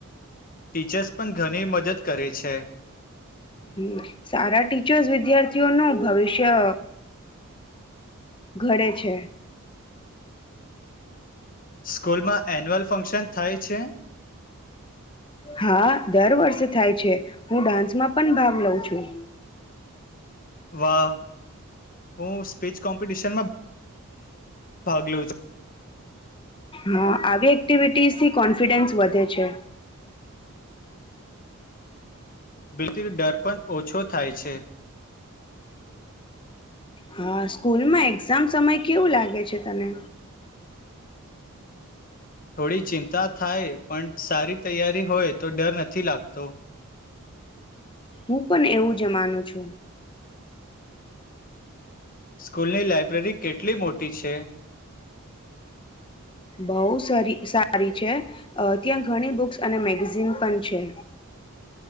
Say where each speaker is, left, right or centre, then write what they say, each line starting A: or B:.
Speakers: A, on the left; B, on the left.
A: ટીચર્સ પણ ઘણી મદદ કરે છે. છે.
B: હમ સારા ટીચર્સ વિદ્યાર્થીઓનું ભવિષ્ય ઘડે છે.
A: સ્કૂલ માં એન્યુઅલ ફંક્શન થાય છે.
B: હા દર વર્ષે થાય છે. હું ડાન્સમાં પણ ભાગ લઉ છું.
A: વાહ‌. હું સ્પીચ કોમ્પિટિશન માં ભાગ લેઉ છું.
B: હા, આવી એક્ટિવિટીઝ થી કોન્ફિડન્સ વધે છે.
A: બિક ને. ડર પણ ઓછો થાય છે.
B: હા સ્કૂલમાં એક્ઝામ સમય કેવું લાગે છે. તને
A: થોડી ચિંતા. થાય પણ સારી તૈયારી હોય તો ડર નથી. નથી લાગતો.
B: હું પણ એવું જ માનું છું.
A: સ્કૂલની લાાયબ્રેરી કેટલી મોટી છે.
B: બહુ સારી છે. ત્યાં ઘણી બુક્સ અને મેગઝિન પણ છે.